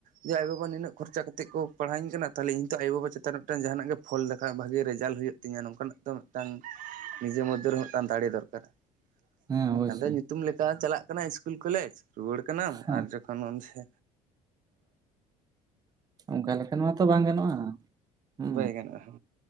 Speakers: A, on the right (about 65°); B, on the right (about 25°).
A: ᱡᱮ ᱟᱭᱳᱵᱟ ᱱᱤᱱᱟᱹᱜ ᱠᱷᱚᱨᱪᱟ ᱠᱟᱛᱮᱮᱫ ᱠᱚ ᱯᱟᱲᱦᱟᱣ ᱤᱧ ᱠᱟᱱᱟ ᱛᱟᱦᱮ ᱤᱧᱚ ᱟᱭᱳᱼᱵᱟ ᱪᱮᱛᱟᱱ ᱢᱤᱫᱴᱟᱝ ᱡᱟᱦᱟᱱᱟᱜ ᱜᱮ ᱯᱷᱚᱞ ᱞᱮᱠᱷᱟ ᱵᱷᱟᱜᱮ ᱨᱮᱡᱟᱞᱴ ᱦᱳᱭᱳᱜ ᱛᱤᱧᱟᱹ ᱱᱚᱝᱠᱟᱱᱟᱜ ᱛᱚ ᱢᱤᱫᱴᱟᱝ ᱱᱤᱡᱮ ᱢᱚᱫᱽᱫᱷᱮ ᱨᱮᱦᱚᱸ ᱫᱟᱲᱮ ᱫᱚᱨᱠᱟᱨᱟ
B: ᱦᱮᱸ
A: ᱵᱟᱠᱷᱟᱱ
B: ᱚᱵᱚᱥᱥᱳᱭ
A: ᱫᱚ ᱧᱩᱛᱩᱢ ᱞᱮᱠᱟ ᱪᱟᱞᱟᱜ ᱠᱟᱱᱟ ᱤᱥᱠᱩᱞ ᱠᱚᱞᱮᱡᱽ ᱨᱩᱣᱟᱹᱲ ᱠᱟᱱᱟᱢ
B: ᱦᱮᱸ
A: ᱟᱨ ᱡᱚᱠᱷᱚᱱ ᱚᱱᱥᱮ
B: ᱚᱱᱠᱟ ᱞᱮᱠᱷᱟᱱ ᱢᱟᱛᱚ ᱵᱟᱝ ᱜᱟᱱᱚᱜᱼᱟ ᱦᱩᱸ
A: ᱵᱟᱭ ᱜᱟᱱᱚᱜᱼᱟ